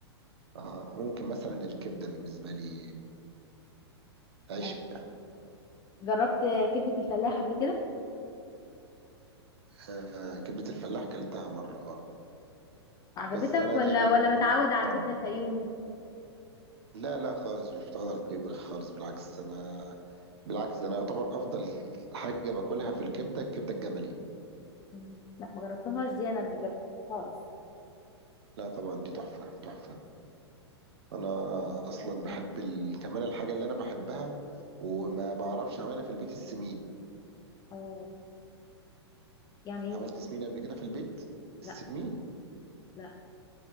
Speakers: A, on the right (about 65°); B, on the left (about 25°).
A: آه ممكن مثلا الكبدة بالنسبة لي عشق
B: طيب جربت كبدة الفلاح قبل كده
A: آه كبدة الفلاح كلتها مرة اه
B: عجبتك
A: بس انا
B: ولا
A: دايما
B: ولا متعود على
A: اه
B: الكبدة الفيومي
A: لا لا خالص مش متعود على البيض خالص بالعكس انا بالعكس انا يعتبر افضل حاجة باكلها في الكبدة الكبدة الجملي
B: مم. لا ما جربتهاش دي انا قبل كده خالص
A: لا طبعا دي تحفة تحفة انا اصلا
B: ممكن
A: بحب ال... كمان الحاجه اللي انا بحبها وما بعرفش اعملها في البيت السمين
B: اه يعني
A: عملت
B: ايه
A: سمين قبل كده في البيت السمين
B: لا لا